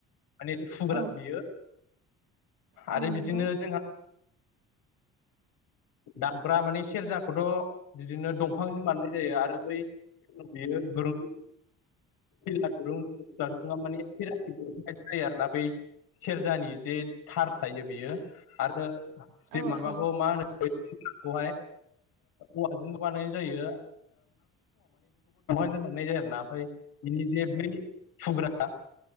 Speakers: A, on the left; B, on the right.
A: माने फुग्रा
B: औ
A: बियो
B: औ
A: आरो
B: नंगौ
A: बिदिनो जोंहा दामफ्रा माने सेरजाखौथ' बिदिनो दं फांजों बाननाय जायो आरो बै बियो दुरुं सिला <unintelligible> दुरुंङा माने <unintelligible> जायो आरोना बै सेरजानि जे थार थायो बियो आरो
B: औ
A: जे माबाखौ
B: औ
A: मा होनो <unintelligible> औवाजोंबो बानायनाय जायो <unintelligible> मोननाय जायो आरोना ओमफ्राय बिनि जे बै फुग्रा